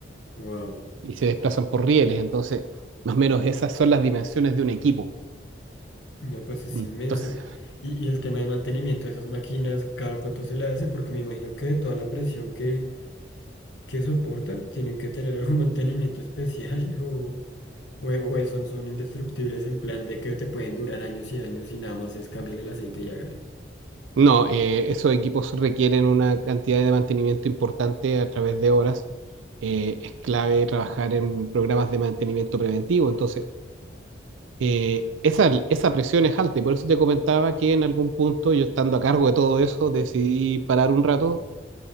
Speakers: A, on the left; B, on the right.
A: wow.
B: y se desplazan por rieles. Entonces, más o menos esas son las dimensiones de un equipo.
A: No, pues es
B: Entonces,
A: inmenso. Y, y el tema de mantenimiento de esas máquinas, ¿cada cuánto se le hace? Porque me imagino que de toda la presión que, que soportan, tienen que tener algún mantenimiento especial <laughs> o, o, o son, son indestructibles en plan de que te pueden durar años y años y nada más es cambiarle el aceite y hágale.
B: no, eh, esos equipos requieren una cantidad de mantenimiento importante a través de horas. Eh, es clave trabajar en programas de mantenimiento preventivo. Entonces, eh, esa, esa presión es alta y por eso te comentaba que en algún punto yo estando a cargo de todo eso decidí parar un rato